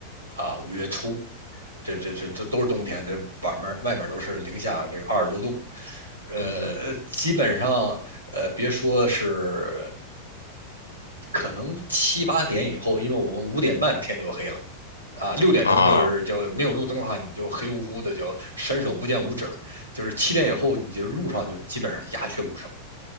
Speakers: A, on the right; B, on the left.
A: 啊，五月初，这这这这都是冬天，这外面外面都是零下这二十多度，呃，
B: 嗯嗯
A: 基本上呃别说是可能七八点以后，因为我们五点半天就黑了。啊，六点钟就是就没有路灯的话，
B: 啊
A: 你就黑乎乎的，就伸手不见五指了。就是七点以后，你就路上就基本上鸦雀无声了